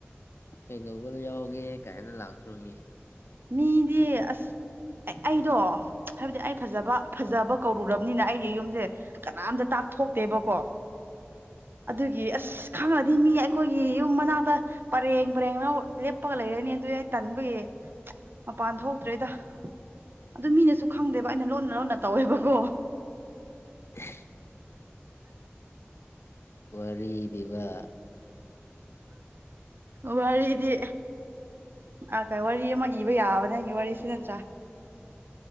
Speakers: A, on the left; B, on the right.
A: ꯀꯩꯗꯧꯕ ꯌꯥꯎꯒꯦ ꯀꯥꯏꯅ ꯂꯥꯛꯇ꯭ꯔꯣ ꯃꯤꯁꯤꯡ
B: ꯃꯤꯗꯤ ꯑꯁ ꯑꯦ ꯑꯩꯗꯣ ꯍꯥꯏꯕꯗꯤ ꯑꯩ ꯐꯖꯕ ꯐꯖꯕ ꯀꯧꯔꯨꯔꯕꯅꯤꯅ ꯑꯩꯗꯤ ꯌꯨꯝꯁꯦ ꯀꯅꯥꯝꯇ ꯇꯥꯛꯊꯣꯛꯇꯦꯕꯀꯣ
A: <unintelligible>
B: ꯑꯗꯨꯒꯤ ꯑꯁ ꯈꯪꯉꯗꯤ ꯃꯤ ꯑꯩꯈꯣꯏꯒꯤ ꯌꯨꯝ ꯃꯅꯥꯛꯇ ꯄꯔꯦꯡ ꯄꯔꯦꯡꯅ ꯂꯦꯞꯄꯒ ꯂꯩꯔꯅꯤ ꯑꯗꯨ ꯌꯥꯏ ꯇꯟꯕꯒꯤ ꯃꯄꯥꯟ ꯊꯣꯛꯇ꯭ꯔꯦꯗ ꯑꯗꯨ ꯃꯤꯅꯁꯨ ꯈꯪꯗꯦꯕ ꯑꯩꯅ ꯂꯣꯟꯅ ꯂꯣꯟꯅ ꯇꯧꯋꯦꯕꯀꯣ
A: <inaudible> ꯔꯤꯕ
B: ꯋꯥꯔꯤꯗꯤ ꯑꯥ ꯀꯥꯏ ꯋꯥꯔꯤ ꯑꯃ ꯏꯕ ꯌꯥꯕꯅꯦ ꯑꯩꯒꯤ ꯋꯥꯔꯤꯁꯤ ꯅꯠꯇ꯭ꯔꯥ